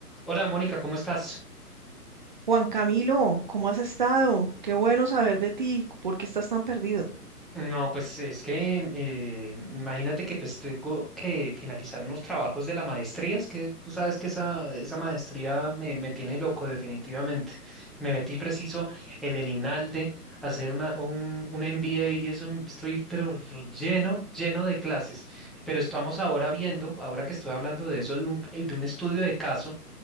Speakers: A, in the centre; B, on the right.
A: Hola Mónica, ¿cómo estás?
B: Juan Camilo, ¿cómo has estado? Qué bueno saber de ti. ¿Por qué estás tan perdido?
A: No, pues es que eh, imagínate que pues tengo que finalizar unos trabajos de la maestría, es que tú sabes que esa, esa maestría me, me tiene loco definitivamente. Me metí preciso en el Inalde a hacer una, un, un MBA y eso m- estoy pero r- lleno, lleno de clases. Pero estamos ahora viendo, ahora que estoy hablando de eso, de un, eh, de un estudio de caso